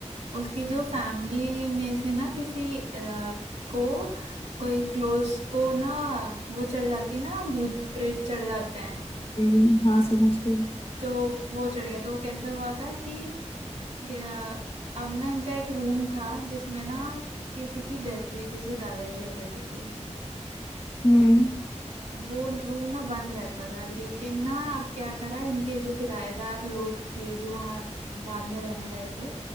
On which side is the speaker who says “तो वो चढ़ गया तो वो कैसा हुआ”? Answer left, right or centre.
Right